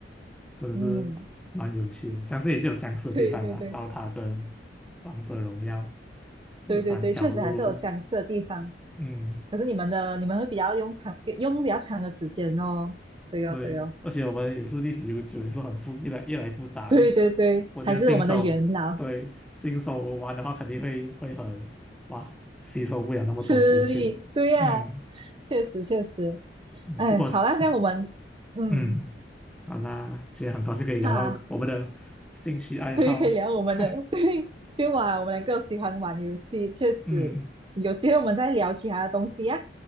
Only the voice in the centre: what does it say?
真的是蛮有趣哦，
我相信也是有相似的地方啦，
刀塔跟王者荣耀这三条路，
嗯
对，
而且我们也是历史悠久，也是很复，越来越来越复杂了。
我觉得新手对新手玩的话，
肯定会会很哇，吸收不了那么多资讯。
嗯
嗯不过是
<laughs> 嗯，好啦，今天很高兴可以聊到我们的兴趣爱好。
<laughs>
嗯